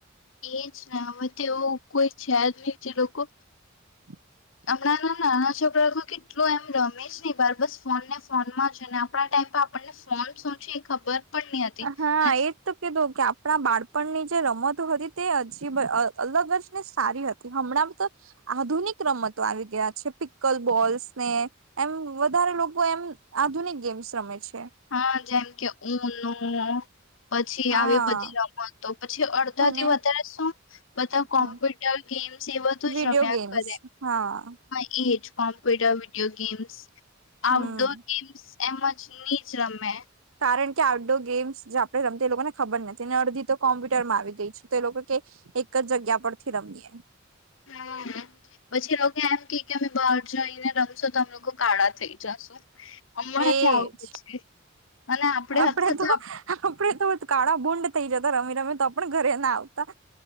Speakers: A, on the left; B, on the right.
A: એ જ નામતે એવું કોઈ છે જ નહી જે લોકો
B: <unintelligible> <inaudible>
A: હમણાં ના નાના છોકરાઓ કેટલું એમ રમેશ નહી બાર બસ ફોન ને ફોનમાં છે ને આપણા ટાઈમ આપણને ફોન શું છે ખબર પણ નહી હતી
B: હા
A: અને
B: એજ તો કીધું કે આપણા બાળપણની જે રમતો હતી તે હજીબ અલગ જ ને સારી હતી, હમણાં તો આધુનિક રમત આવી ગયા છે, પિકકલ બોલ્સ ને એમ વધારે લોકો એમ આધુનિક ગેમ્સ રમે છે.
A: હા જેમ કે ઉન પછી
B: હા
A: આવી બધી રમતોતો પછી અડધાથી
B: અને
A: વધારે શું બધા
B: હમ
A: કોમ્પ્યુટર એ સેવા તો
B: વિડીયો
A: જ રમ્યા
B: ગેમ્સ
A: કરે
B: હા
A: હ એ જ કોમ્પ્યુટર વિડીયો ગેમ્સ
B: હમ
A: આઉટડોર ગેમ્સ એમજ ની જ રમે
B: કારણ કે આઉટડોર ગેમ્સ જે આપણે રમતા લોકોને ખબર નથી ને અડધી તો કોમ્પ્યુટર માં આવી ગઈ છે, તો એ લોકો કે એક જ જગ્યા પરથી રમીએ.
A: હમ પછી એ લોકો એમ કે કે અમે બહાર જઈને રમશો તો અમે લોકો કાળા થઈ જશુ. હમણાં
B: એજ
A: ત્યાં આવું. અને
B: આપડે
A: હતા
B: તો
A: આપ-
B: આપડે તો કાળા ભુંડ થઇ જતા રમી રમે. તો પણ ઘરે ના આવતા.